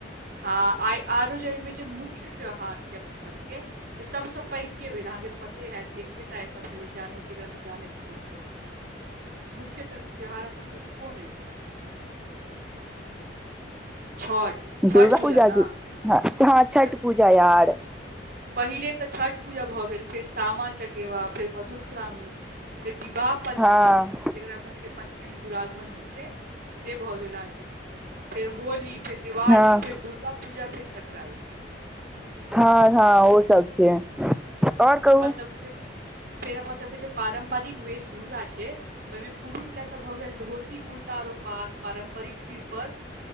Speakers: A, on the right; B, in the centre.
A: हँ आइ आरो जे एहिमें जे मुख्य त्योहार छै अपना सबके। से सभसँ पैघ के भेल अहाँके तऽ पत्ते हैत, एकेटा अ सभसँ जानै जकासँ जानै छै लोकसभ।
B: <inaudible>
A: मुख्य त त्योहार अपन सबके कोन अइ। छठ। छठ
B: दुर्गापूजा
A: पूजा ना
B: छी, हँ छठ
A: छ-
B: पूजा यार।
A: पहिले तऽ छठ पूजा भऽ गेल, फेर सामा-चकेबा फेर मधुश्रावणी, फेर विवाह। पञ्चमी
B: हँ
A: जेकरा अपना सबके पञ्चमी में दुरागमन होइ छै। से भऽ गेल अहाँके, फेर होली, फेर दिवाली,
B: हँ
A: फेर दुर्गापूजा, फेर सक्राइत।
B: हँ हँ ओ सब छै, आओर कहू।
A: <unintelligible> फेर अपन सबके जे पारम्परिक वेश-भूषा छै। ओहि में पुरुष लए तऽ भऽ गेल धोती-कुर्ता और ओ पाग पारम्परिक सिर पर।